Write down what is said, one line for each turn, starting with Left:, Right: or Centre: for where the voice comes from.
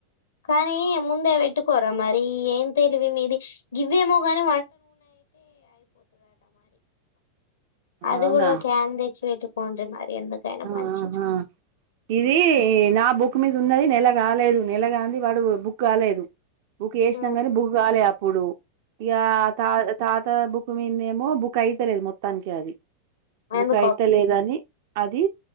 Left: కానీ ముందే వెట్టుకోరా మరీ ఏం తెలివి మీది గివ్వేమో గాని. అది
Right: అవునా
Left: గూడ ఓ కాన్దేచ్పెట్కొండి మరి. మంచిది
Right: ఆహా ఇది నా బుక్ మీద ఉన్నది నెల రాలేదు. దూ నెలగాంది వాడు బుక్ కాలేదు. బుక్చేషణంగాని
Left: ఆహా
Right: బుక్ గాలే. ప్పుడు. ఇగా తా తాత బుక్ మీనేమో బుక్. కైతలేదు మొత్తానికి అది. బుకైతలేదని.
Left: ఎందుకో
Right: అధీ